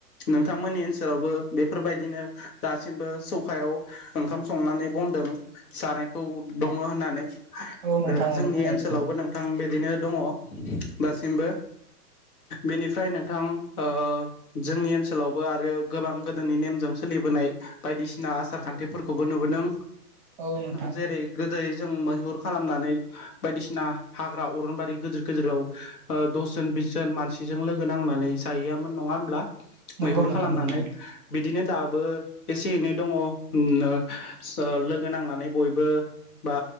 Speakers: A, on the left; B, on the right.
A: नोंथांमोननि ओनसोलावबो बे बेफोरबायदिनो दासिमबो सौखायाव ओंखाम संनानै बनदों जानायखौ दङ होननानै आरो
B: औ नोंथां औ
A: जोंनि
B: थारैनो
A: ओनसोलावबो नों बिदिनो दङ दासिमबो बेनिफ्राय नोंथां ओ जोंनि ओनसोलावबो आरो गोबां गोदोनि नेमजों सोलिबोनाय बायदिसिना आसार खान्थिफोरखौबो नुबोदों
B: औ नोंथां
A: जेरै गोदो जों मैहुर खालामनानै बायदिसिना। हाग्रा अरनबारि गोदोर गोदोराव दसजन बिसजन मानसिजों लोगो नांनानै जाहैयामोन नङा होमब्ला।
B: नंगौ
A: मैहुर
B: नोंथां
A: खालामनानै
B: नंगौ
A: बिदिनो। दाबो एसे एनै दङ लोगो नों ओ नांनानै बयबो बा